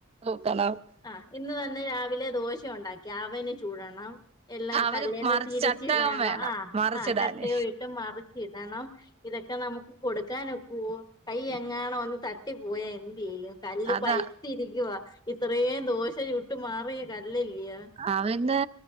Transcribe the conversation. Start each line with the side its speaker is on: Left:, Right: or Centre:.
Right: ഓട്ടണ
Left: ആഹ് ഇന്ന് തൻ്റെ രാവിലെ ദോശ ഉണ്ടാക്കി അവന് ചൂടണം എല്ലാം
Right: അവര്
Left: കല്യാണം
Right: മറിച്ച്
Left: തിരിച്ചിടണം
Right: ചട്ടകം വേണം
Left: ആ്
Right: മറിച്ചിടാന്
Left: ആ ചട്ടുക വീട്ടും മറിച്ചി ടണം ഇതൊക്കെ നമുക്ക് കൊടുക്കാൻൊക്ക കൈ എങ്ങണോ ഒന്ന് തട്ടി പോയ ചെയ്യ കല്ല്
Right: അതാ
Left: പൈത്തിരിക്കുവ ഇത്രയും ദോശ ചുട്ട് മാറിയ കല്ലല്ലയ
Right: അവന്ന്െ